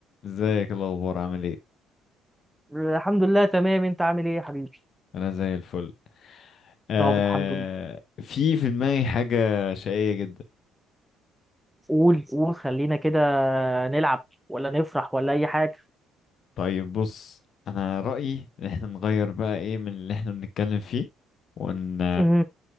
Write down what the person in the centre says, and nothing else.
الحمد لله تمام انت عامل ايه يا حبيبي
طب الحمد لله
قول قول خلينا كده نلعب ولا نفرح ولا اي حاجه
مم.